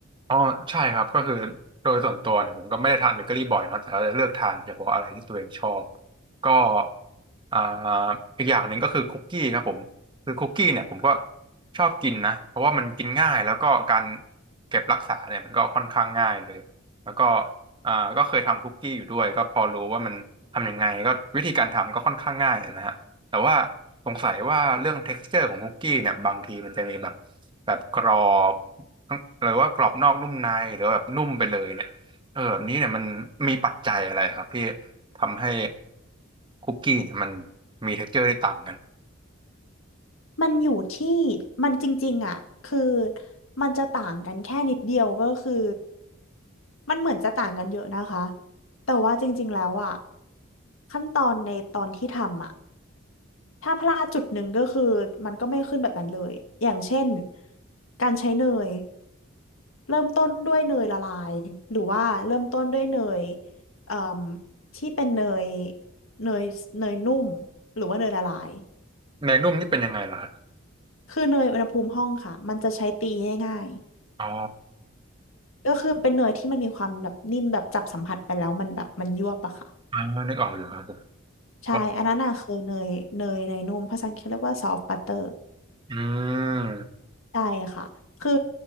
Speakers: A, on the right; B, on the left.
A: อ๋อใช่ครับก็คือโดยส่วนตัวเนี่ยผมก็ไม่ได้ทานเบเกอรี่บ่อยเนาะแต่ก็จะเลือกทานเฉพาะอะไรที่ตัวเองชอบก็อ่าอีกอย่างหนึ่งก็คือคุกกี้ครับผมคือคุกกี้เนี่ยผมก็ชอบกินนะเพราะว่ามันกินง่ายแล้วก็การเก็บรักษาเนี่ยมันก็ค่อนข้างง่ายเลยแล้วก็อ่าก็เคยทำคุกกี้อยู่ด้วยก็พอรู้ว่ามันทำยังไงก็วิธีการทำก็ค่อนข้างง่ายเลยนะฮะแต่ว่าสงสัยว่าเรื่อง texture ของคุกกี้เนี่ยบางทีมันจะมีแบบแบบกรอบ หรือว่ากรอบนอกนุ่มในหรือแบบนุ่มไปเลยเนี่ยเออแบบนี้เนี่ยมันมีปัจจัยอะไรครับที่ทำให้คุกกี้เนี่ยมันมี texture ที่ต่างกัน
B: มันอยู่ที่มันจริงๆอ่ะคือมันจะต่างกันแค่นิดเดียวก็คือมันเหมือนจะต่างกันเยอะนะคะแต่ว่าจริงๆแล้วอ่ะขั้นตอนในตอนที่ทำอ่ะถ้าพลาดจุดหนึ่งก็คือมันก็ไม่ขึ้นแบบนั้นเลยอย่างเช่นการใช้เนยเริ่มต้นด้วยเนยละลายหรือว่าเริ่มต้นด้วยเนยเอ่มที่เป็นเนยเนยเนยนุ่มหรือว่าเนยละลาย
A: เนยนุ่มนี่เป็นยังไงเหรอครับ
B: คือเนยอุณหภูมิห้องค่ะมันจะใช้ตีง่าย
A: อ๋อ
B: ก็คือเป็นเนยที่มันมีความแบบนิ่มแบบจับสัมผัสไปแล้วมันแบบมันยวบอะค่ะ
A: อ่านึกออกอยู่ครับผม
B: ใช่อันนั้นน่ะคือเนยเนยเนยนุ่มภาษาอังกฤษเขาเรียกว่าซอฟต์บัตเตอร์
A: อ๋ออืม
B: ใช่ค่ะคือ